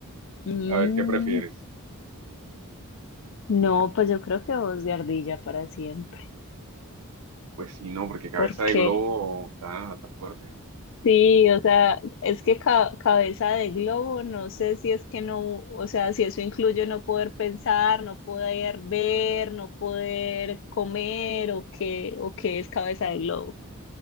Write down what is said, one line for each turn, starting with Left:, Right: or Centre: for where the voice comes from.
Left: Mm,
Right: A ver, ¿qué prefieres?
Left: no, pues yo creo que voz de ardilla para siempre.
Right: Pues sí, no, porque cabeza
Left: Porque
Right: de globo está, está fuerte.
Left: sí, o sea, es que ca- cabeza de globo, no sé si es que no, o sea, si eso incluye no poder pensar, no poder ver, no poder comer o qué, o qué es cabeza de globo.